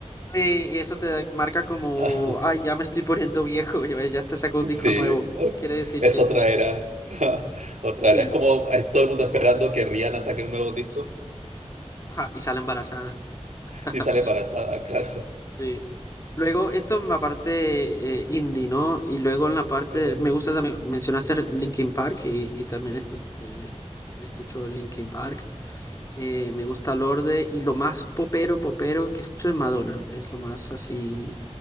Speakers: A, on the left (about 25°); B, on the right (about 85°).
A: eh, y eso te marca como,
B: <laughs>
A: ay, ya me estoy poniendo viejo, <laughs> ya, ya te sacó un disco
B: Sí,
A: nuevo.
B: oh,
A: Quiere decir
B: es
A: que
B: otra era. <laughs> Otra
A: Sí,
B: era. Es como
A: <laughs>
B: hay todo el mundo esperando que Rihanna saque un nuevo disco
A: y sale embarazada. <laughs>
B: y sale embarazada, claro.
A: Sí. Luego, esto en la parte eh, indie, ¿no? Y luego en la parte,
B: <laughs>
A: me gusta también, mencionaste Linkin Park y, y también escu- eh, escucho Linkin Park. Eh, me gusta Lorde y lo más popero, popero que escucho es Madonna. Es lo más así